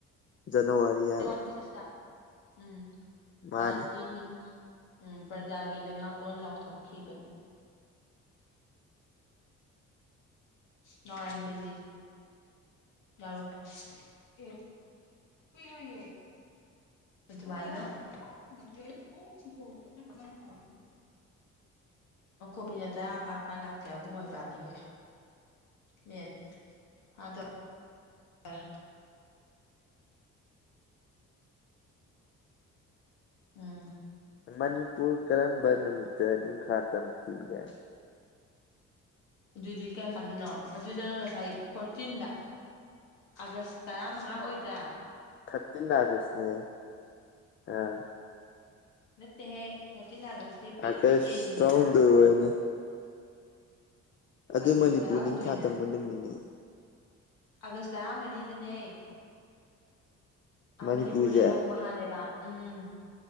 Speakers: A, on the left; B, on the left.
A: ꯖꯅꯋꯥꯔꯤ ꯍꯥꯏꯕ
B: <unintelligible> ꯎꯝ
A: ꯃꯥꯅꯤ
B: ꯚꯔꯠꯀꯤ ꯅꯤꯡ ꯎꯝ ꯄ꯭ꯔꯖꯥꯒꯤ ꯂꯩꯉꯥꯛꯂꯣꯟ ꯂꯥꯎꯊꯣꯛꯈꯤꯕꯅꯤ ꯅꯥꯎ ꯑꯥꯌꯦꯝꯕꯤꯖꯤ ꯌꯥꯔꯣ ꯑꯦ ꯀꯨꯏꯔꯣꯏꯌꯦ ꯑꯗꯨꯃꯥꯏꯅ <unintelligible> ꯑꯈꯣ ꯃꯤꯅꯤꯠ ꯇꯔꯥ ꯐꯥꯔꯀꯥꯟ ꯂꯥꯛꯀꯦ ꯑꯕꯨꯡꯉꯣ ꯏꯕꯥꯅꯤꯒꯤ ꯅꯦꯠ ꯐꯥꯗ__ <unintelligible> ꯎꯝ
A: ꯃꯅꯤꯄꯨꯔ ꯀꯔꯝꯕ ꯅꯨꯃꯤꯠꯇ ꯅꯤꯡꯈꯥ ꯇꯝꯈꯤ ꯒꯥꯏꯅ
B: ꯑꯗꯨꯗꯤ ꯀꯔꯝ ꯀꯥꯟꯗꯅꯣ ꯑꯗꯨꯗ ꯉꯁꯥꯏ ꯐꯣꯔꯇꯤꯟꯗ ꯑꯥꯒꯁ ꯇꯔꯥꯃꯉꯥ ꯑꯣꯏꯗ꯭ꯔꯥ
A: ꯊꯥꯔꯇꯤꯟ ꯑꯥꯒꯁꯅꯤ ꯑꯥ
B: ꯅꯠꯇꯦꯍꯦ ꯊꯥꯔꯇꯤꯟ ꯑꯥꯒꯁꯇꯤ ꯄꯦꯇ꯭ꯔꯣꯏꯠ
A: ꯑꯥꯒꯁ
B: ꯗꯦꯅꯤꯗꯅ
A: ꯇꯔꯥꯍꯨꯝꯗꯣꯏ ꯑꯣꯏꯔꯅꯤ ꯑꯗꯨ
B: ꯑꯥꯒꯁ
A: ꯃꯅꯤꯄꯨꯔ
B: ꯇꯔꯥꯍꯨꯝꯗꯣꯏꯅ
A: ꯅꯤꯡꯈꯥ ꯇꯝꯕ ꯅꯨꯃꯤꯠꯅꯦ
B: ꯑꯥꯒꯁ ꯇꯔꯥꯃꯔꯤꯗꯅꯦ ꯑꯥ
A: ꯃꯅꯤꯄꯨꯔꯁꯦ
B: ꯃꯅꯤꯄꯨꯔꯅ ꯅꯣꯡꯃ ꯍꯥꯜꯂꯦꯕ ꯎꯝ